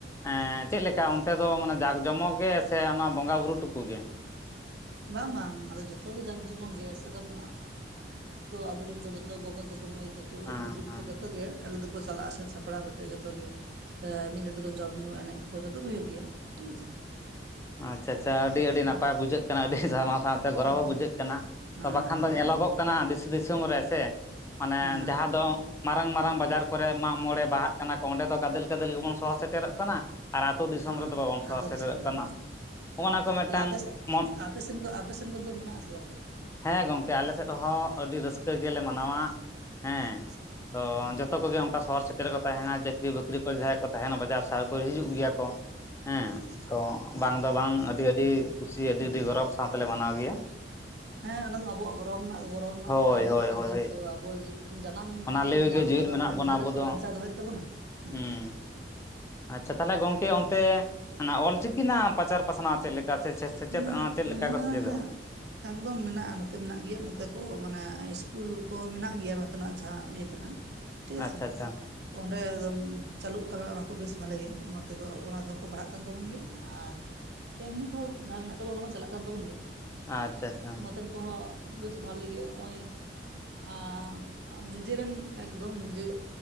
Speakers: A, on the left; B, on the right.
A: ᱮ ᱪᱮᱫ ᱞᱮᱠᱟ ᱚᱱᱛᱮ ᱫᱚ ᱢᱟᱱᱮ ᱡᱚᱢᱚᱠ ᱜᱮ ᱥᱮ ᱚᱱᱟ ᱵᱚᱸᱜᱟᱼ ᱵᱩᱨᱩ ᱴᱩᱠᱩ ᱜᱮ
B: ᱵᱟᱝ ᱵᱟᱝ ᱟᱫᱚ ᱡᱚᱛᱚᱜ ᱜᱮ ᱡᱟᱠ ᱡᱚᱢᱚᱠ ᱜᱮᱭᱟ ᱥᱟᱢ ᱟᱵᱚᱨᱮᱱ ᱠᱚ ᱡᱚᱛᱚ ᱜᱚᱜᱚ ᱛᱟᱠᱚ ᱢᱟᱹᱭ ᱛᱟᱠᱚ
A: ᱦᱮᱸ
B: ᱫᱤᱫᱤ ᱛᱟᱠᱚ ᱡᱚᱛᱚ ᱜᱮ ᱟᱞᱮ ᱫᱚᱠᱚ ᱪᱟᱞᱟᱜ ᱥᱟᱹᱛ ᱥᱟᱯᱲᱟᱣ ᱠᱟᱛᱮᱜ ᱡᱚᱛᱚ ᱜᱮ ᱮᱸ ᱢᱤᱫ ᱫᱷᱟᱣ ᱛᱮᱠᱚ ᱡᱚᱢ ᱧᱩ ᱮᱱᱮᱡ ᱠᱚ ᱡᱚᱛᱚ ᱜᱮ ᱦᱳᱭᱳᱜ ᱜᱮᱭᱟ ᱴᱷᱤᱠ ᱟᱪᱷᱮ
A: ᱟᱪᱪᱷᱟ ᱟᱪᱪᱷᱟ ᱟᱹᱰᱤ ᱟᱹᱰᱤ ᱱᱟᱯᱟᱭ
B: ᱦᱩᱸ
A: ᱵᱩᱡᱷᱟᱹᱜ ᱠᱟᱱᱟ ᱟᱹᱰᱤ ᱡᱟᱦᱟᱱᱟ ᱥᱟᱶᱛᱮ ᱜᱚᱨᱚᱵᱚ
B: ᱦᱩᱸ
A: ᱦᱚᱸ ᱵᱩᱡᱷᱟᱹᱜ ᱠᱟᱱᱟ
B: ᱦᱮᱸ
A: ᱛᱚ ᱵᱟᱠᱷᱟᱱ
B: ᱦᱮᱸ
A: ᱫᱚ
B: ᱦᱮᱸ
A: ᱧᱮᱞᱚᱜᱚᱜ ᱠᱟᱱᱟ ᱫᱤᱥ ᱫᱤᱥᱚᱢ ᱨᱮᱥᱮ ᱢᱟᱱᱮ
B: ᱦᱮᱸ
A: ᱡᱟᱦᱟᱸ ᱫᱚ ᱢᱟᱨᱟᱝ ᱢᱟᱨᱟᱝ ᱵᱟᱡᱟᱨ ᱠᱚᱨᱮ ᱢᱟᱜ ᱢᱚᱬᱮ ᱵᱟᱦᱟᱜ ᱠᱟᱱᱟ ᱠᱚ ᱚᱸᱰᱮ ᱫᱚ ᱜᱟᱫᱮᱞ ᱜᱟᱫᱮᱞ ᱜᱮᱵᱚᱱ ᱥᱚᱦᱚ ᱥᱮᱴᱮᱨᱚᱜ ᱠᱟᱱᱟ ᱟᱨ ᱟᱛᱳ ᱫᱤᱥᱚᱢ
B: ᱦᱮᱸ
A: ᱨᱮᱫᱚ ᱵᱟᱵᱚᱱ ᱥᱚᱦᱚᱨ
B: ᱟᱹᱛᱩ
A: ᱥᱮᱴᱮᱨᱚᱜ
B: ᱫᱤᱥᱚᱢ
A: ᱠᱟᱱᱟ
B: ᱦᱮᱸ
A: ᱦᱚᱜᱼᱚ ᱱᱟ ᱠᱚ ᱢᱤᱫᱴᱟᱝ
B: ᱛᱟᱦᱞᱮ ᱟᱯᱮ ᱥᱮᱫ
A: ᱢᱚᱱ
B: ᱟᱯᱮ ᱥᱮᱱ ᱟᱯᱮ ᱥᱮᱱ ᱠᱚᱫᱚ ᱢᱮᱱᱟᱜ ᱟᱥᱮ <unintelligible>
A: ᱦᱮᱸ ᱜᱚᱝᱠᱮ ᱟᱞᱮ ᱥᱮᱫ ᱦᱚᱸ ᱟᱹᱰᱤ ᱨᱟᱹᱥᱠᱟᱹ ᱜᱮᱞᱮ ᱢᱟᱱᱟᱣᱟ ᱦᱮᱸ
B: ᱟᱪᱪᱷᱟ
A: ᱛᱚ
B: ᱦᱩᱸ
A: ᱡᱚᱛᱚ ᱠᱚᱜᱮ ᱚᱱᱠᱟ ᱥᱚᱦᱚᱨ ᱥᱮ- ᱚᱱᱛᱮ ᱨᱮᱠᱚ ᱛᱟᱦᱮᱱᱟ ᱪᱟᱹᱠᱨᱤ ᱵᱟᱹᱠᱨᱤ ᱠᱚ ᱡᱟᱦᱟᱸᱭ ᱠᱚ ᱛᱟᱦᱮᱱᱟ ᱵᱟᱡᱟᱨ ᱥᱟᱦᱟᱨ ᱠᱚᱨᱮ ᱦᱤᱡᱩᱜ ᱜᱮᱭᱟ ᱠᱚ ᱦᱮᱸ
B: ᱟᱪᱪᱷᱟ
A: ᱛᱚ
B: ᱦᱩᱸ
A: ᱵᱟᱝ ᱫᱚ ᱵᱟᱝ ᱟᱹᱰᱤ ᱟᱹᱰᱤ ᱠᱩᱥᱤ ᱟᱹᱰᱤ
B: ᱦᱩᱸ
A: ᱟᱹᱰᱤ ᱜᱚᱨᱚᱵᱽ ᱥᱟᱶ ᱛᱮᱞᱮ ᱢᱟᱱᱟᱣ ᱜᱮᱭᱟ᱾
B: ᱦᱮᱸ ᱚᱱᱟ ᱫᱚ ᱟᱵᱚᱣᱟᱜ ᱜᱚᱨᱚᱵ ᱨᱮᱱᱟᱜ ᱜᱚᱨᱚᱵ ᱨᱮᱱᱟᱜ
A: ᱦᱳᱭ
B: ᱠᱟᱱ ᱛᱟᱵᱚᱱᱟ
A: ᱦᱳᱭ ᱦᱳᱭ
B: ᱡᱮᱦᱩᱛᱩ
A: ᱦᱳᱭ
B: ᱟᱵᱚ ᱡᱟᱱᱟᱢ
A: ᱚᱱᱟ
B: ᱫᱚᱵᱚᱱ
A: ᱞᱟᱹᱭ
B: ᱧᱟᱢ
A: ᱜᱮ ᱡᱮᱣᱮᱫ
B: ᱠᱟᱫᱟ
A: ᱢᱮᱱᱟᱜ
B: ᱢᱟᱱᱮ ᱱᱤᱡᱮᱨᱟᱜ
A: ᱵᱚᱱᱟ ᱟᱵᱚ
B: ᱛᱚ
A: ᱫᱚ
B: ᱵᱟᱧᱪᱟᱣ ᱫᱚᱦᱚᱭ ᱦᱳᱭᱳᱜ ᱛᱟᱵᱚᱱᱟ ᱦᱩ
A: ᱦᱩᱸ ᱟᱪᱪᱷᱟ ᱛᱟᱦᱚᱞᱮ ᱜᱚᱝᱠᱮ ᱚᱱᱛᱮ ᱚᱱᱟ ᱚᱞᱪᱤᱠᱤ ᱨᱮᱱᱟᱜ ᱯᱟᱪᱟᱨ ᱯᱟᱥᱱᱟᱣ ᱪᱮᱫ <unintelligible> ᱥᱮᱪᱮᱫ
B: ᱦᱮᱸ
A: ᱪᱮᱫ ᱞᱮᱠᱟ
B: ᱦᱮᱸ
A: ᱠᱚ ᱥᱮᱪᱮᱫᱚᱜᱼᱟ
B: ᱦᱮᱸ ᱮᱠᱫᱚᱢ ᱢᱮᱱᱟᱜᱼᱟ ᱱᱚᱛᱮ ᱢᱮᱱᱟᱜ ᱜᱮᱭᱟ ᱱᱚᱛᱮ ᱠᱚ ᱢᱟᱱᱮ ᱤᱥᱠᱩᱞ ᱠᱚ ᱢᱮᱱᱟᱜ ᱜᱮᱭᱟ ᱱᱚᱛᱮᱱᱟᱜ ᱡᱟᱦᱟᱸ ᱤᱭᱟᱹ ᱠᱟᱱᱟ, ᱴᱷᱤᱠ ᱟᱪᱷᱮ
A: ᱟᱪᱪᱷᱟ ᱟᱪᱪᱷᱟ
B: ᱚᱸᱰᱮ <unintelligible> ᱪᱟᱹᱞᱩᱜ ᱠᱟᱱᱟ ᱚᱱᱟ ᱠᱚ ᱵᱮᱥ ᱵᱷᱟᱞᱮ ᱜᱮ ᱚᱱᱟ ᱛᱮᱫᱚ ᱚᱱᱟ ᱛᱮᱦᱚᱸ ᱠᱚ ᱯᱟᱲᱦᱟᱜ ᱠᱟᱱ ᱛᱟᱵᱚᱱ ᱜᱮᱭᱟ ᱟᱨ ᱮᱢᱱᱤ ᱛᱮᱦᱚᱸ ᱡᱟᱦᱟᱸ ᱢᱮᱱᱟᱜ ᱛᱟᱵᱚ ᱚᱱᱟ ᱢᱟ ᱪᱟᱞᱟᱜ ᱠᱟᱱ ᱛᱟᱵᱚᱱ ᱜᱮ
A: ᱟᱪᱪᱷᱟ ᱟᱪᱪᱷᱟ
B: ᱱᱚᱛᱮᱱ ᱠᱚᱦᱚᱸ ᱵᱮᱥ ᱵᱷᱟᱞᱮ ᱜᱮ ᱱᱚᱜ-ᱚᱭ ᱟ ᱱᱤᱡᱮᱨᱮᱱ ᱮᱠᱫᱚᱢ ᱡᱮ